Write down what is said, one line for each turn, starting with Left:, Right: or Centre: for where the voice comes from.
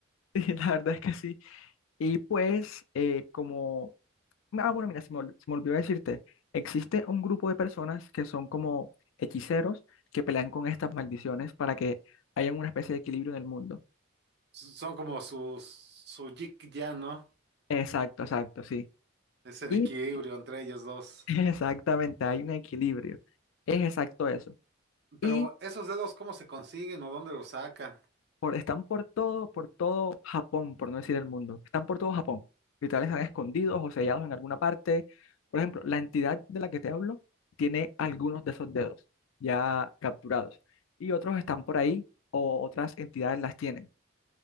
Left: Y la verdad es que sí. Y pues, eh, como, ah, bueno, mira, se me, ol- se me olvidó decirte, existe un grupo de personas que son como hechiceros que pelean con estas maldiciones para que haya una especie de equilibrio en el mundo.
Right: S- Son como sus, su jig ya ¿no?
Left: Exacto, exacto, sí.
Right: Es el
Left: Y
Right: equilibrio entre ellos dos.
Left: <laughs> exactamente, hay un equilibrio. Es exacto eso. Y
Right: Pero esos dedos, ¿cómo se consiguen o dónde los sacan?
Left: por- están por todo, por todo Japón, por no decir el mundo. Están por todo Japón. Literal están escondidos o sellados en alguna parte. Por ejemplo, la entidad de la que te hablo tiene algunos de esos dedos ya capturados y otros están por ahí o otras entidades las tienen.